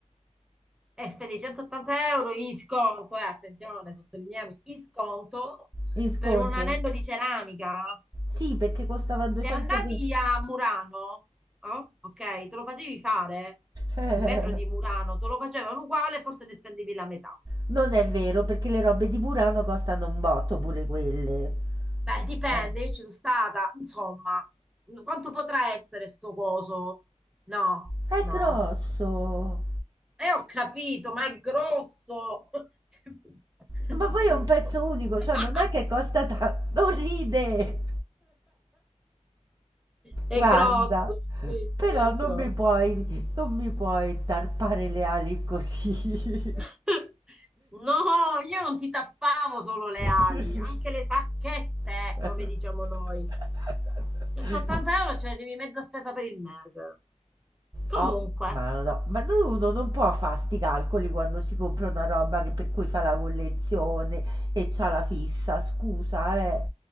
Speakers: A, in the centre; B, on the right.
A: E spendi 180 euro in sconto, eh, attenzione, sottolineiamo, in sconto
B: In sconto?
A: per un anello di ceramica.
B: Sì, perché costava 220.
A: Se andavi a Murano, oh, ok, te lo facevi fare
B: <laughs>
A: in vetro di Murano, te lo facevano uguale, forse ne spendevi la metà.
B: Non è vero, perché le robe di Murano costano un botto pure quelle.
A: Beh, dipende,
B: Eh.
A: io ci sono stata, insomma, quanto potrà essere sto coso? No,
B: È
A: no.
B: grosso.
A: E ho capito, ma è grosso. <laughs>
B: Ma poi è un pezzo unico, cioè non è che costa tanto. Non ride.
A: È
B: Guarda.
A: grosso, sì,
B: Però
A: sì, è
B: non
A: grosso.
B: mi puoi, non mi puoi tarpare le ali così.
A: <laughs> No, io non ti tappavo solo le ali,
B: <laughs>
A: anche le sacchette,
B: <laughs>
A: come diciamo noi. 180 euro, cioè, c'è mezza spesa per il mese. Comunque.
B: Oh, ma no, no. ma no, uno non può fa' sti calcoli quando si compra una roba che per cui fa la collezione e c'ha la fissa, scusa, eh.